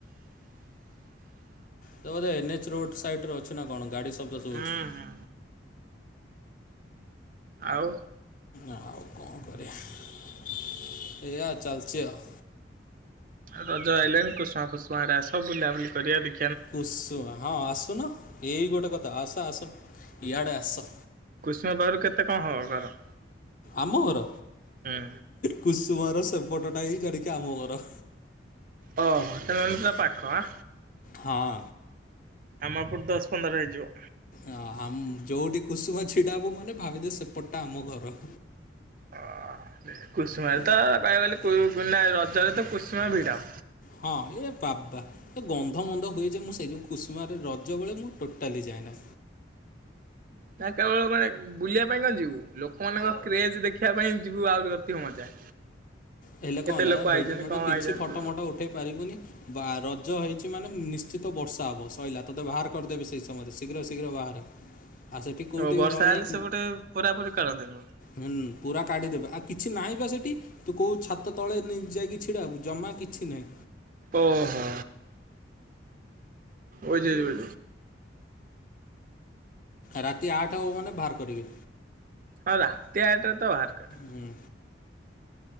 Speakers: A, on the left; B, on the right.
A: ବୋଧେ ଏନ୍- ଏଚ ରୋଡ ସାଇରେ ଅଛି ନା କଣ ଗାଡି ତୋ ପସେ
B: ହୁଁ
A: ହୋଉଛି
B: ଆଉ
A: ଆଉ କଣ କରିବା ଏଆ ଚାଲିଛି ଆଉ।
B: ରଜ ଆଇଲଲେଣି କୁଷୁମା ଫୁଷୁମା ଆଡେ ଆସ ବୁଲାବୁଲି କରିବା ଦେଖି
A: କୁସୁ ହଁ ଆସୁନ ଏଇ ଗୋଟେ କଥା ଆସ ଆସ। ୟାଡେ ଆସ।
B: କୁସୁମା ପାଖରୁ କେତେ କଣ ହବ ଘର?
A: ଆମ ଘର
B: ହୁଁ
A: କୁସୁମର ସେପଟ। ଟଟା ହେଇ ଜାଡିକି ଆମ ଘର
B: ଓହୋ ତ ମପଲା ପୁରା ପାଖ ଆଁ
A: ହଁଅ
B: ଆମପୁର ଦଶ ପନ୍ଦର ହେଇ ଯିବ
A: ଆ ଆମ ଯଉଠି କୁସୁମ ଛିଡାବୁ ମାନେ ଭାବିଦେ ସେପଟାଆମ ଘର
B: ଅ ହଁ <inaudible> କୁସୁମାରୀ
A: ହେଲା
B: ତ କହ ଗଲେ ତ କୁ ନା ରଜ ରେ ତ କୁସୁମା ଭିଡ଼
A: ହଁ ଏ ବାବା ଏ ଗନ୍ଧ ମଧ ହୁଏ ଯେ ମୁଁ ସେଇ ଯୋଉ କୁସୁମାରେ ରଜ ଯେଉଁବେଳେ ମୁଁ ଟୋଟାଲି ଯାଏନା।
B: ନା କେବଳ ମାନେ ବୁଲିବା ପାଇଁ କଣ ଯିବୁ ଲୋକମାନଙ୍କ କ୍ରେଜ ଦେଖିବା ପାଇଁ ଯିବୁ ଆହୁରି ଅତି ମଜା
A: ହେଲେ
B: କେତେ
A: କଣ ହେଲା
B: ଲୋକ
A: ଭିଡି
B: ଆଇଛନ୍ତି
A: ଭିଡ
B: କଣ
A: କିଛି
B: ଆଇଛନ୍ତି
A: ଫଟୋ ଫଟ ଉଠେଇ ପାରିବୁନି ବା ରଜ ହେଇଛି ମାନେ ନିଶ୍ଚିତ ବର୍ଷା ହେବ ସରଲା ତତେ ବାହାର କରିଦେବେ ସେହି ସମୟରେ ଶୀଘ୍ର ଶୀଘ୍ର ବାହାର ଆଉ ସେଠି କୋଉଠି
B: ଓ ବର୍ଷା
A: ରହିବା
B: ହେଲେ ସେପଟେ ପୋରାପୋରି କରନ୍ତିନି ବୋଧେ।
A: ହୁଁ ପୁରା କାଢିଦେବେ ଆଉ କିଛି ନାହିଁ ବା ସେଠି ତୁ କହୁ ଛାତ ତଳେ ନେଇ ଯାଇକିଛି ଛିଡ଼ାକୁ ଜମା କିଛି ନାହିଁ।
B: ଓହୋ ଓଯେଭି
A: ରାତି ଆଠା ବ ମାନେ ବାହାର କରିବେ
B: ହଁ ରାତି ଆଠରେ ତ ବାହାର କରିବେ
A: ହୁଁ